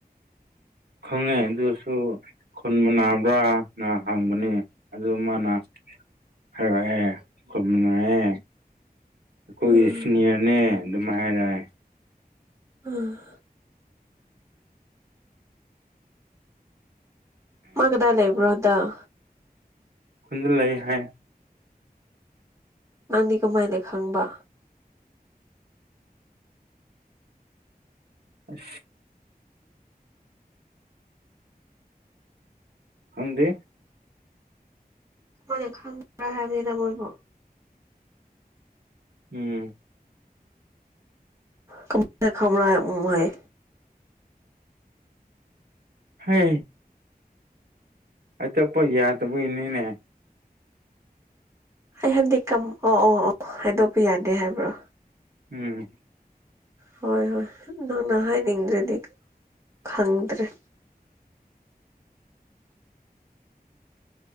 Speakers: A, on the right; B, on the right.
A: ꯈꯪꯉꯦ ꯑꯗꯨ ꯑꯣꯏꯁꯨ ꯈꯨꯟ ꯃꯥꯟꯅꯕ꯭ꯔꯥ ꯅ ꯍꯥꯡꯕꯅꯤ ꯑꯗꯨ ꯃꯥꯅ ꯍꯥꯏꯔꯛꯑꯦ ꯈꯨꯟ ꯃꯥꯟꯅꯩꯌꯦ ꯑꯩꯈꯣꯏꯒꯤ
B: ꯎꯝ
A: ꯁꯤꯅꯤꯌꯔꯅꯦ ꯑꯗꯨꯝꯥꯏ ꯍꯥꯏꯔꯛꯑꯦ
B: ꯑꯝ ꯃꯥ ꯀꯗꯥꯏ ꯂꯩꯕ꯭ꯔ ꯍꯟꯗꯛ
A: ꯈꯨꯟꯗ ꯂꯩ ꯍꯥꯏ
B: ꯅꯪꯗꯤ ꯀꯃꯥꯏꯅ ꯈꯪꯕ
A: ꯑꯁ ꯈꯪꯗꯦ
B: ꯀꯃꯥꯏꯅ ꯈꯪꯕ꯭ꯔꯥ ꯍꯥꯏꯕꯅꯤꯗ ꯃꯣꯏꯕꯨ
A: ꯎꯝ
B: ꯀꯃꯥꯏ ꯈꯪꯕꯔ ꯍꯥꯏꯔ ꯎꯪ ꯍꯥꯏ
A: ꯍꯦ ꯍꯥꯏꯗꯣꯛꯄ ꯌꯥꯗꯕꯩꯅꯤꯅꯦ
B: ꯑꯩ ꯍꯥꯏꯕꯗꯤ ꯀꯝ ꯑꯣ ꯑꯣ ꯑꯣ ꯍꯥꯏꯗꯣꯛꯄ ꯌꯥꯗꯦ ꯍꯥꯏꯕ꯭ꯔꯣ
A: ꯎꯝ
B: ꯍꯣꯏ ꯍꯣꯏ ꯅꯪꯅ ꯍꯥꯏꯅꯤꯡꯗ꯭ꯔꯗꯤ ꯈꯪꯗ꯭ꯔꯦ